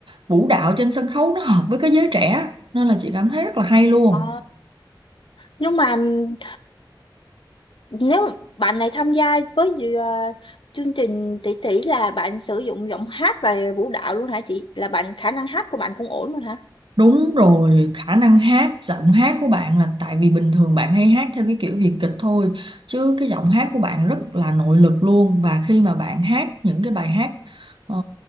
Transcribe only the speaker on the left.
À, nhưng mà ừm, nếu mà bạn này tham gia với dự- ờ, chương trình tỷ tỷ là bạn sử dụng giọng hát và vũ đạo luôn hả chị? Là bạn khả năng hát của bạn cũng ổn luôn hả?